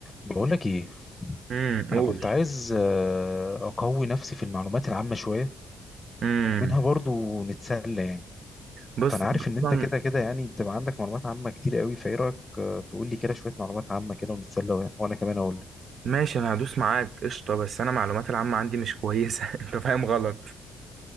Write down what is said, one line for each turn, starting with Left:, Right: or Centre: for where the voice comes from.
Left: بقولك ايه
Right: امم قول
Left: انا كنت عايز آه، اقوي نفسي في المعلومات العامه شويه
Right: امم
Left: ومنها برضو نتسلى يعني
Right: بص
Left: فانا
Right: أنا
Left: عارف ان
Right: اصلا
Left: انت كده كده يعني بتبقى عندك معلومات عامه كتير قوي فايه رايك آه، تقول لي كده شويه معلومات عامه كده ونتسلى و- وانا كمان اقول لك
Right: ماشي انا هدوس معاك قشطه بس انا معلومات العامه عندي مش كويسه <laughs> انت فاهم غلط